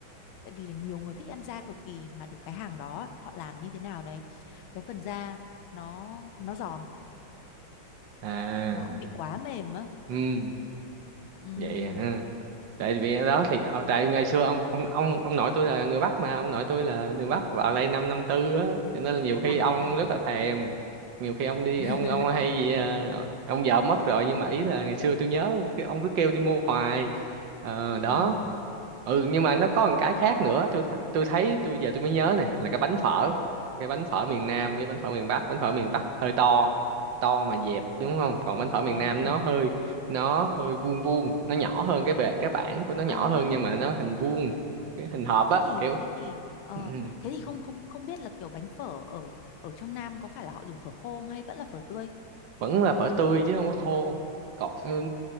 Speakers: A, on the left; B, on the right.
A: tại vì là nhiều người thích ăn da cực kỳ mà được cái hàng đó họ làm như thế nào đấy cái phần da nó nó giòn
B: à
A: nó không bị quá mềm á
B: ừ Ừ,
A: ừ
B: vậy hả tại vì đó thì ờ, tại ngày xưa ông ông ông ông nội tôi là người Bắc mà ông nội tôi là người Bắc vào đây năm năm tư á cho nên là nhiều khi
A: à
B: ông rất là thèm nhiều khi ông đi
A: <laughs>
B: ông ông hay gì à, ông vợ mất rồi nhưng mà ý là ngày xưa tôi nhớ cái ông cứ kêu đi mua hoài Ờ, đó
A: ừ
B: ừ nhưng mà nó có một cái khác nữa tôi th tôi thấy tôi giờ tôi mới nhớ nè là cái bánh phở cái bánh phở miền Nam với bánh phở miền Bắc bánh phở miền Bắc hơi to to mà dẹp đúng không còn bánh phở miền
A: ờ
B: Nam
A: thế
B: nó
A: hả
B: hơi nó hơi vuông vuông nó nhỏ hơn cái bề cái bảng của nó nhỏ
A: à
B: hơn nhưng mà nó hình vuông cái hình hộp
A: thế
B: á
A: thì
B: kiểu
A: thế thì ờ
B: ừ, ừ,
A: thế thì không không không biết là kiểu bánh phở ở ở trong Nam có phải là họ dùng phở khô không hay vẫn là phở tươi
B: vẫn là phở tươi chứ không có khô còn ừ,